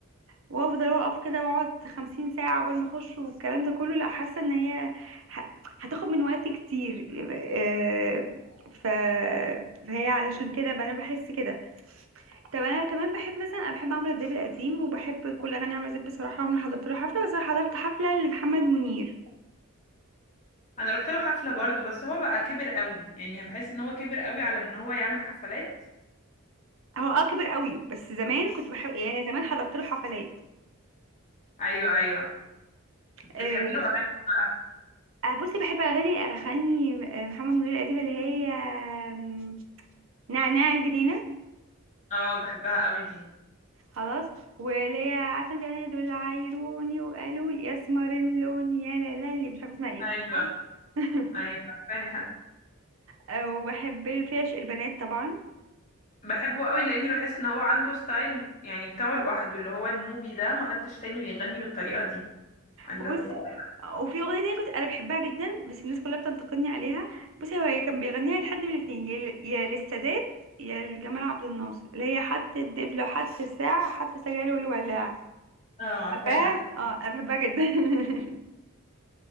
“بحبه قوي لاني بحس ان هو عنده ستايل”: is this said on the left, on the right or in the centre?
Left